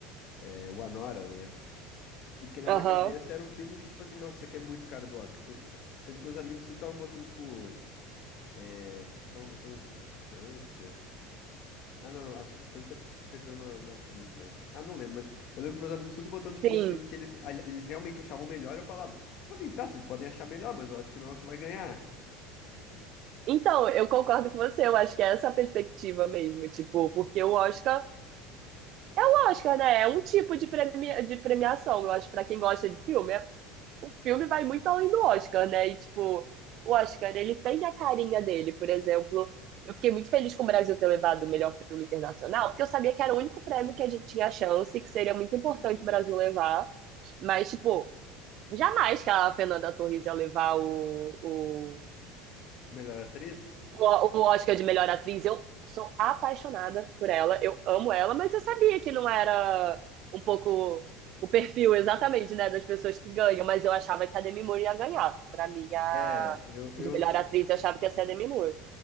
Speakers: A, on the left; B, on the right.
A: é, o Anora, né? Porque na
B: aham,
A: minha cabeça era o filme que, tipo assim, nossa, isso aqui é muito cara do Oscar. Co- Sendo que meus amigos tudo estavam botando, tipo. é, acho que estavam botando Substância. Ah, não, a substância perdeu na, na atriz, né? Ah, não lembro, mas eu lembro que meus amigos tudo botando, tipo,
B: sim.
A: uns filmes que eles, a- eles realmente achavam melhor, eu falava, tipo assim, tá, vocês podem achar melhor, mas eu acho que não é o que vai ganhar.
B: Então, eu concordo com você, eu acho que é essa a perspectiva mesmo, tipo, porque o Oscar, o Oscar, né, é um tipo de, premi- de premiação, eu acho, pra quem gosta de filme, é- o filme vai muito além do Oscar, né, e tipo, o Oscar, ele tem a carinha dele, por exemplo, eu fiquei muito feliz com o Brasil ter levado o melhor filme internacional, porque eu sabia que era o único prêmio que a gente tinha chance, que seria muito importante
A: Uhum.
B: o Brasil levar, mas, tipo, Jamais que a Fernanda Torres ia levar o, o,
A: <laughs> Melhor atriz?
B: o, o Oscar de melhor atriz. Eu sou apaixonada por ela, eu amo ela, mas eu sabia que não era um pouco o perfil exatamente, né, das pessoas que ganham, mas eu achava que a Demi Moore ia ganhar. Pra mim, a
A: É, eu, eu,
B: de melhor atriz, eu achava que ia ser a Demi Moore,